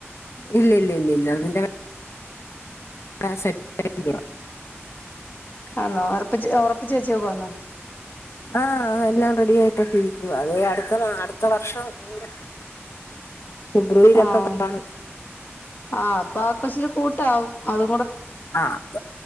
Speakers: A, on the left; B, on the left.
A: ഇല്ലില്ലില്ലില്ലാ നിന്റെ ക ക്ക <unintelligible>
B: ആന്നോ ഒറപ്പിച്ച് ഒറപ്പിച്ച് വെ ച്ചേക്കുവാന്നോ?
A: ആഹ് എല്ലാം റെഡി ആയിട്ടൊക്കെ ഇരിക്കുവാ അത് അടുത്ത മാ അടുത്ത വർഷം ഉണ്ട്. ഫെബ്രുവരിയിലൊക്കെ
B: ആഹ്
A: കാണും
B: ആ അപ്പൊ ആ കൊച്ചിന് കൂട്ടാവും. അത്
A: ആഹ്